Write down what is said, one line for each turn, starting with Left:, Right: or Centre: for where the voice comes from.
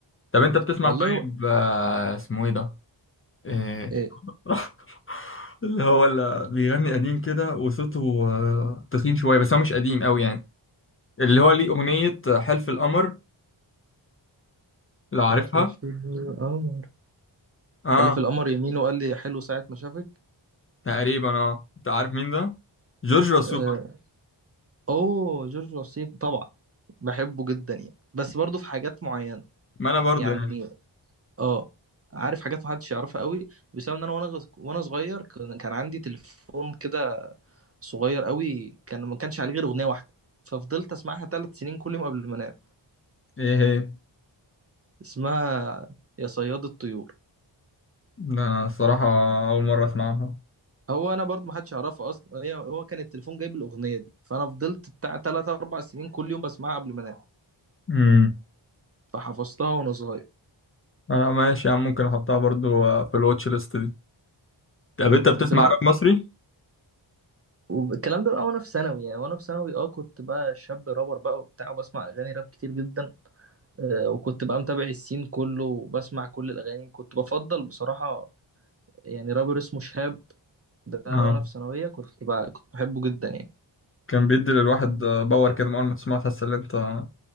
Left: طب أنت بتسمع
Right: والله
Left: طيب
Right: و...
Left: آه، اسمه إيه ده؟ آه،
Right: ايه
Left: <laughs> اللي هو اللي بيغني قديم كده وصوته آه، تخين شوية بس هو مش قديم قوي يعني اللي هو ليه أغنية آه، حلف القمر لو
Right: حلف
Left: عارفها
Right: القمر
Left: اه
Right: حلف القمر يمين وقال لي حلو ساعه ما شافك
Left: تقريبا اه أنت عارف مين ده؟ جورج وسوف
Right: آه، اوه جورج وسيم طبعا بحبه جدا يعني بس برضه في حاجات معينه
Left: ما أنا برضو
Right: يعني
Left: يعني
Right: اه عارف حاجات محدش يعرفها قوي بسبب ان انا وانا غز- وانا صغير كان كان عندي تليفون كده صغير قوي كان ما كانش عليه غير اغنيه واحده ففضلت اسمعها ثلاث سنين كل يوم قبل ما انام
Left: ايه هي؟
Right: اسمها يا صياد الطيور
Left: ده أنا الصراحة أول مرة أسمع عنها
Right: هو انا برضه ما حدش يعرفها اصلا هي هو كان التليفون جايب الاغنيه دي فانا فضلت بتاع ثلاث اربع سنين كل يوم بسمعها قبل ما انام
Left: امم
Right: فحفظتها وانا صغير
Left: انا ماشي يا عم ممكن احطها برضو آه، في الواتش ليست دي طب انت بتسمع
Right: في
Left: راب مصري
Right: والكلام ده بقى وانا في ثانوي يعني وانا في ثانوي اه كنت بقى شاب رابر بقى وبتاع وبسمع اغاني راب كتير جدا آه، وكنت بقى متابع السين كله وبسمع كل الاغاني كنت بفضل بصراحة يعني رابر اسمه شهاب ده
Left: اه
Right: وانا في ثانوية كنت بقى كنت بحبه جدا يعني
Left: كان بيدي للواحد آه، باور كده من اول ما تسمعه تحس ان انت